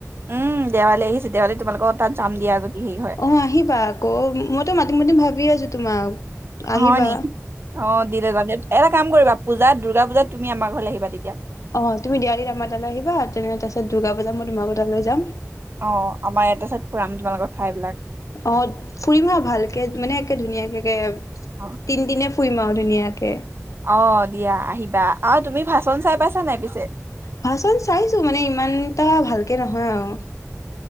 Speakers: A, on the right; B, on the left.
A: উম দেৱালী আহিছে দেৱালী তোমালোকৰ তাত যাম দিয়া হেৰি হয়,
B: অ আহিবা আকৌ মইতো মাতিম মাতিম ভাবি আছো তোমাক আহিবা
A: হয় নেকি অ দিলে জানে এটা কাম কৰিবা পূজাত দুৰ্গা পূজাত তুমি আমাৰ ঘৰলৈ আহিবা তেতিয়া
B: অ তুমি দেৱালি আমাৰ তালৈ আহিবা তেনে হলে তাৰ পাছত দুৰ্গা বজাম মই তোমাৰ লোকৰ তালৈ যাম
A: অ আমাৰ এটা চাইড ফুৰাম তোমালোকৰ ঠাই বিলাক
B: অ ফুৰিম আৰু ভালকে মানে একে ধুনীয়াকে ধুনীয়াকে
A: অ',
B: তিনিদিনে ফু ফুৰিম আৰু ধুনীয়াকৈ
A: অ দিয়া আহিবা অ তুমি ভাচন চাই পাইছা নাই পিছে
B: ভাচন চাইছো মানে ইমান এটা ভালকে নহয় আৰু